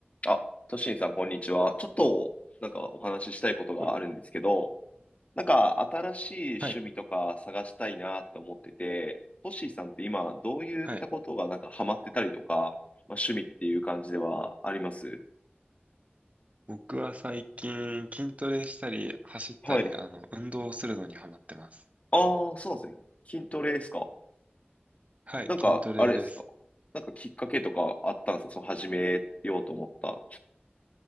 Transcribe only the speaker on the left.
あ、トシンさん、こんにちは。ちょっと、なんかお話ししたいことがあるんですけど、
なんか新しい趣味とか探したいなって思ってて、
トシンさんって今、どういったことがなんかハマってたりとか、
まあ、趣味っていう感じではあります
はい。
ああ、そうなんですね。筋トレですか。
なんか、
あれですか。なんかきっかけとかあったんですかその始めようと思った。